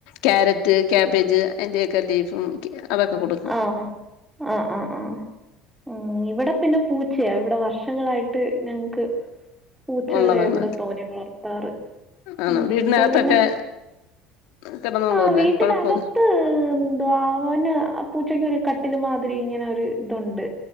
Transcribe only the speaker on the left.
ക്യാരറ്റ് കാബേജ് അയ്ന്റെയെക്കെ ലീഫും ഒക്കെ അതൊക്കെ കൊടു
ഉള്ളതാണ്
ആണോ
വീടിനകത്തൊക്കെ
കിടന്നോളൂല്ലേ
കുഴപ്പമില്ല